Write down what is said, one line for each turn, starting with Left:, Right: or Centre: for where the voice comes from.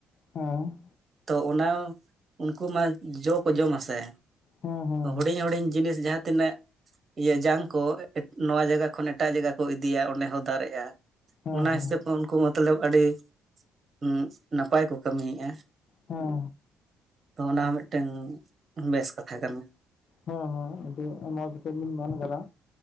Left: ᱚᱸ
Right: ᱛᱚ ᱚᱱᱟ ᱩᱱᱠᱩ ᱢᱟ ᱡᱚ ᱠᱚ ᱡᱚᱢᱟ ᱥᱮ
Left: ᱦᱮᱸ ᱦᱮᱸ
Right: ᱦᱩᱰᱤᱧ ᱦᱩᱰᱤᱧ ᱡᱤᱱᱤᱥ ᱡᱟᱦᱟᱸ ᱛᱤᱱᱟᱹᱜ ᱤᱭᱟᱹ ᱡᱟᱝ ᱠᱚ ᱱᱚᱣᱟ ᱡᱟᱭᱜᱟ ᱠᱷᱚᱱ ᱮᱴᱟᱜ ᱡᱟᱭᱜᱟ ᱠᱚ ᱤᱫᱤᱭᱟ ᱚᱸᱰᱮ ᱦᱚᱸ ᱫᱟᱨᱮᱜᱼᱟ
Left: ᱦᱮᱸ
Right: ᱚᱱᱟ
Left: ᱦᱮᱸ
Right: ᱦᱤᱥᱟᱹᱵ ᱦᱚᱸ ᱩᱱᱠᱩ ᱢᱚᱛᱞᱚᱵ ᱟᱹᱰᱤ ᱩᱸ ᱱᱟᱯᱟᱭ ᱠᱚ ᱠᱟᱹᱢᱤ ᱮᱜᱼᱟ
Left: ᱦᱮᱸ
Right: ᱛᱚ ᱚᱱᱟ ᱦᱚᱸ ᱢᱤᱫᱴᱮᱝ ᱵᱮᱥ ᱠᱟᱛᱷᱟ ᱠᱟᱱᱟ
Left: ᱦᱮᱸ ᱦᱮᱸ ᱟᱹᱰᱤ ᱢᱚᱧᱡᱽ ᱵᱮᱱ ᱢᱮᱱ ᱟᱠᱟᱫᱟ